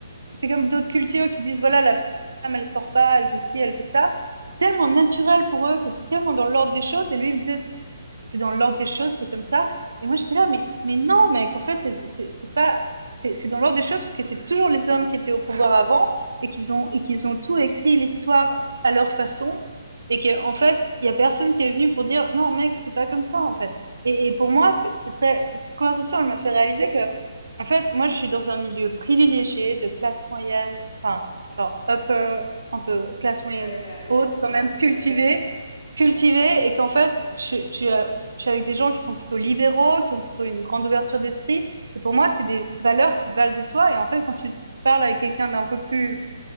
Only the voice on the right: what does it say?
c'est comme d'autres cultures qui disent voilà, la femme, elle sort pas, elle fait ci, elle fait ça. C'est tellement naturel pour eux que c'est tellement dans l'ordre des choses. Et lui, il me disait, c'est dans l'ordre des choses, c'est comme ça. Et moi, j'étais là, mais, mais non, mec, en fait, c'est c'est pas, c'est c'est dans l'ordre des choses parce que c'est toujours les hommes qui étaient au pouvoir avant et qu'ils ont, et qu'ils ont tout écrit l'histoire à leur façon et qu'en fait, il y a personne qui est venu pour dire non, mec, c'est pas comme ça, en fait. Et, et pour moi, c'est c'est très, cette conversation, elle m'a fait réaliser que, en fait, moi, je suis dans un milieu privilégié de classe moyenne, enfin, genre upper, un peu classe moyenne
haute,
quand même, cultivée,
cultivée, et qu'en fait, je, je suis je suis avec des gens qui sont plutôt libéraux, qui ont plutôt une grande ouverture d'esprit. Et pour moi, c'est des valeurs qui valent de soi. Et en fait, quand tu parles avec quelqu'un d'un peu plus,